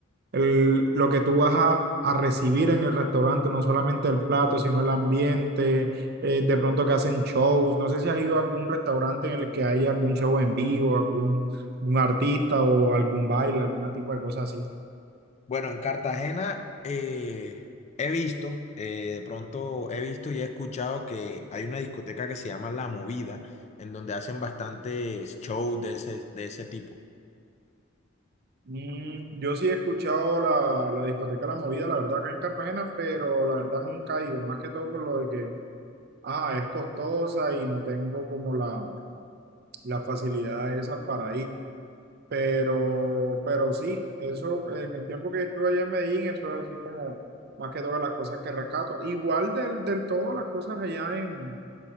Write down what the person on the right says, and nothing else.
el- lo que tú vas a, a recibir en el restaurante, no solamente el plato, sino el ambiente, eh, de pronto que hacen shows. No sé si has ido a algún restaurante en el que hay algún show en vivo, algún, algún artista o algún baile, algún tipo de cosa así.
Mm, yo sí he escuchado la, la discoteca La Movida, la verdad, acá en Cartagena, pero la verdad nunca he ido, más que todo por lo de que, ah, es costosa y no tengo como la, las facilidades esas para ir. Pero, pero sí, eso en el tiempo que estuve allá en Medellín, eso es así como más que todas las cosas que rescato. Igual del, del todo, las cosas allá en,